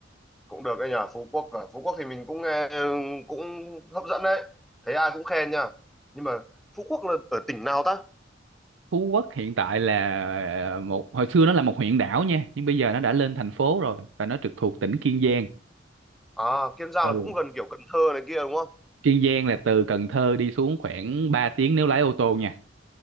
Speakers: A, in the centre; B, on the right.
A: cũng được đấy nhỉ Phú Quốc à. Phú Quốc thì mình cũng nghe cũng hấp dẫn đấy. Thấy ai cũng khen nha. Nhưng mà Phú Quốc là ở tỉnh nào ta?
B: Phú Quốc hiện tại là một hồi xưa nó là một huyện đảo nha nhưng bây giờ nó đã lên thành phố rồi và nó trực thuộc tỉnh Kiên Giang
A: À, Kiên Giang
B: ừ
A: là cũng gần kiểu Cần Thơ này kia đúng không?
B: Kiên Giang là từ Cần Thơ đi xuống khoảng 3 tiếng nếu lái ô tô nha